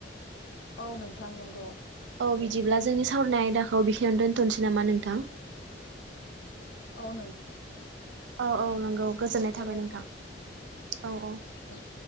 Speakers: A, on the left; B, on the right.
A: औ नोंथां नंगौ।
B: औ बिदिब्ला जोंनि सावरायनाय आयदाखौ बेखिनियावनो दोनथ'नोसै नामा नोंथां?
A: औ नों
B: औ औ नंगौ गोजोननाय
A: गोजोन्थों
B: थाबाय नोंथां औ औ।
A: उम